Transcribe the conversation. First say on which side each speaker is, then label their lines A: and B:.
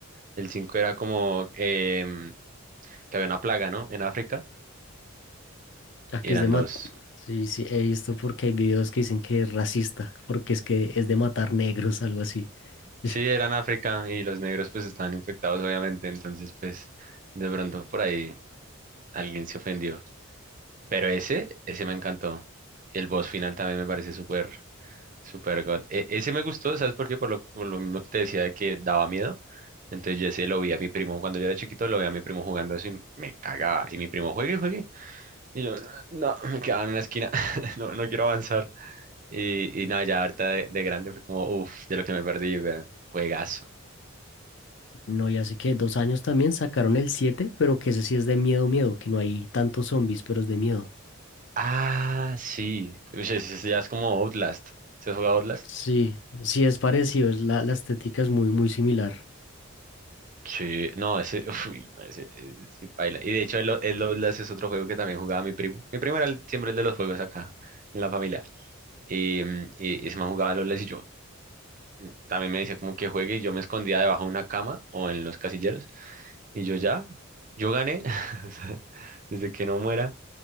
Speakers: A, on the right; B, on the left.
A: El 5 era como em, que había una plaga, ¿no? En África.
B: Ah, que
A: Y eran
B: es de mat
A: dos.
B: Sí, sí, he visto porque hay videos que dicen que es racista, porque es que es de matar negros, algo así. <laughs>
A: Sí, eran África y los negros pues estaban infectados obviamente, entonces pues de pronto por ahí alguien se ofendió. Pero ese, ese me encantó. Y el boss final también me parece súper, súper god. E- ese me gustó, ¿sabes por qué? Por lo, por lo mismo que te decía de que daba miedo. Entonces yo ese lo vi a mi primo, cuando yo era chiquito lo vi a mi primo jugando eso y me cagaba. Y mi primo, juegue, juegue. Y yo, no, me quedaba en una esquina, <laughs> no, no quiero avanzar. Y, y nada, ya ahorita de, de grande fue como, uff, de lo que me perdí, weón. Juegazo.
B: No, ya sé que dos años también sacaron el siete pero que ese sí es de miedo, miedo, que no hay tantos zombies, pero es de miedo.
A: Ah, sí. Uy, ese, ese ya es como Outlast. ¿Se has jugado Outlast?
B: Sí, sí es parecido, es la, la estética es muy, muy similar.
A: Sí, no, ese, <laughs> uy, no, ese, eh, sí, paila. Y de hecho, el, O- el Outlast es otro juego que también jugaba mi primo. Mi primo era el- siempre el de los juegos acá, en la familia. Y, mm, y ese man jugaba el Outlast y yo mm, también me decía como que juegue y yo me escondía debajo de una cama o en los casilleros. Y yo ya, yo gané. <laughs> O sea, Desde que no muera.